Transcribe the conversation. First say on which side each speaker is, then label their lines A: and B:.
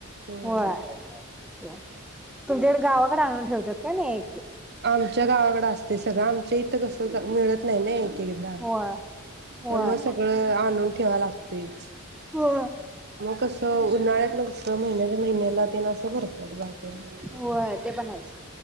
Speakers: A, on the right; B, in the centre.
A: हम्म
B: व्हय.
A: हम्म
B: तुमच्याकड गावाकड आणून ठेवत्यात कणी
A: आमच्या गावाकड असतय सगळं आमच्या इथं कस मिळत नाय नाय एगदा
B: होय. होय
A: त्यामुळे सगळ आणून ठेवाय लागतंय तेच
B: हो
A: मग कसं उन्हाळ्यात न कस महिन्याच्या महिन्याला भरत्यात बाकी काय नाइ
B: होय ते पण आहेच